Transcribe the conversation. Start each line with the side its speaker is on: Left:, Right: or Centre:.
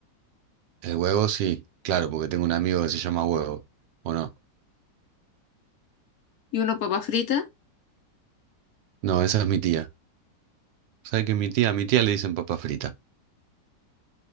Right: El huevo sí, claro, porque tengo un amigo que se llama huevo. ¿O no?
Left: ¿Y uno papa frita?
Right: No, esa es mi tía. ¿Sabes qué? Mi tía, a mi tía le dicen papa frita.